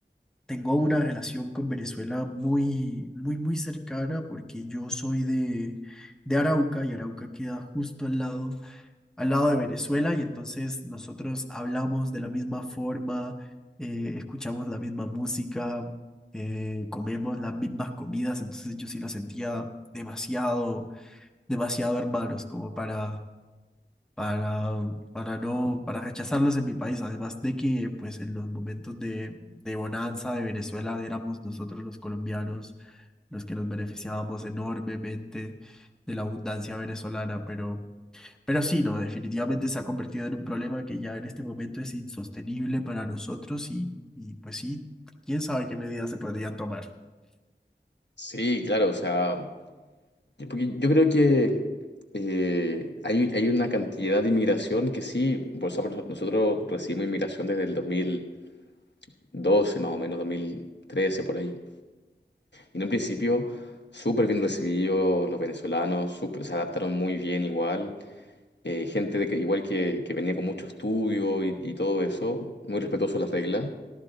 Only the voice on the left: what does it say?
Sí, claro, o sea, yo, porque yo creo que eh, hay, hay una cantidad de inmigración que sí, por nosotros recibimos inmigración desde el dos mil doce más o menos, 2013 por ahí. En un principio, súper bien recibidos los venezolanos, súper- se adaptaron muy bien igual. Eh, gente de que, igual que, que venía con mucho estudio y, y todo eso, muy respetuoso de las reglas.